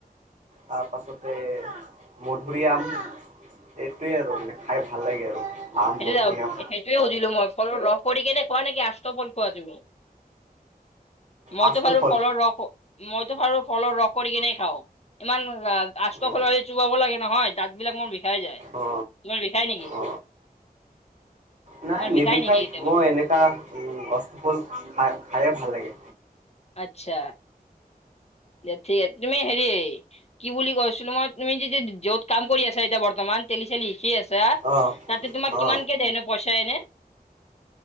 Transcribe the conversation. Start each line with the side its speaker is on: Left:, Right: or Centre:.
Right: তাৰপাছতে, মধুৰীআম। এইটোয়ে আৰু মানে খাই ভাল লাগে আৰু। আম
Left: সেইটোৱেতো,
Right: মধুৰি আম
Left: সেইটোৱে সুধিলো মই। ফলৰ ৰস কৰি কেনে খোৱা নেকি, আষ্ট ফল খোৱা তুমি? মইতো
Right: আচটো
Left: বাৰু
Right: ফল
Left: ফলৰ ৰস, মইতো বাৰু ফল ৰস কৰি কিনে খাওঁ, ইমান আষ্ট
Right: অ
Left: ফলৰ চোবাব লাগে নহয়। দাঁত বিলাক মোৰ বিষাই যায়,
Right: অ
Left: তোমাৰ বিষাই নেকি?
Right: অ নাই
Left: তোমাৰ
Right: নিবিষাই,
Left: বিষাই নেকি কেতিয়াবা?
Right: মই এনেকা আষ্ট ফল খাই খাইয়ে ভাল লাগে।
Left: আচ্ছা, দিয়া ঠিক তুমি হেৰি কি বুলি কৈছিলোঁ মই, তুমি এতিয়া য'ত কাম কৰি আছা এতিয়া বৰ্তমান তেলি চেলি শিকি আ ছা,
Right: অ
Left: তাতে তোমাক কিমান
Right: অ
Left: কে দিয়ে এনে পইচা এনেই?